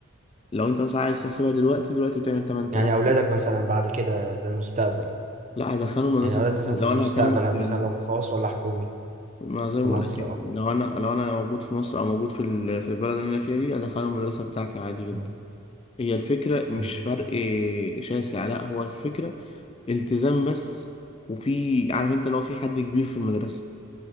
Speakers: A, on the left; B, on the right.
A: لو انت مثلا عايز تحسبها دلوقتي دلوقتي بتعمل 8000
B: يعني اولادك مثلا بعد كده في المستقبل
A: لا هدخله مدرسه
B: يعني اولادك
A: خاصة.
B: مثلا
A: لو
B: في المستقبل
A: انا هكمل
B: هتدخلهم
A: في ال-
B: خاص ولا حكومي
A: ما زي
B: في
A: ما بقول
B: مصر
A: لك يعني
B: اه
A: لو انا لو انا موجود في مصر او موجود في ال- في البلد اللي انا فيها دي ادخله المدرسه بتاعتي عادي جدا
B: مم.
A: هي الفكره مش
B: مم.
A: فرق شاسع لا هو الفكره التزام بس وفي عارف انت لو في حد كبير في المدرسة